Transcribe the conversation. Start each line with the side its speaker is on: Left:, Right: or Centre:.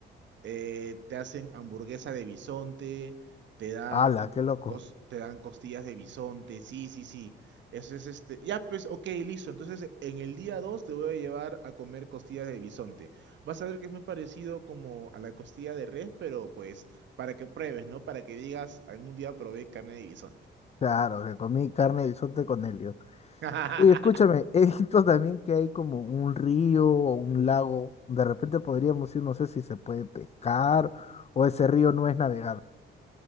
Right: eh, te hacen hamburguesa de bisonte, te dan,
Left: ¡Hala, qué loco!
Right: cos- te dan costillas de bisonte, sí, sí, sí. Eso es este. Ya, pues, ok, listo. Entonces, en el día 2 te voy a llevar a comer costillas de bisonte. Vas a ver que es muy parecido como a la costilla de res, pero pues para que pruebes, ¿no? Para que digas, algún día probé carne de bisonte.
Left: Claro, que comí carne de bisonte con helio.
Right: <laughs>
Left: Oye, escúchame, he visto también que hay como un río o un lago. De repente podríamos ir, no sé si se puede pescar o ese río no es navegable.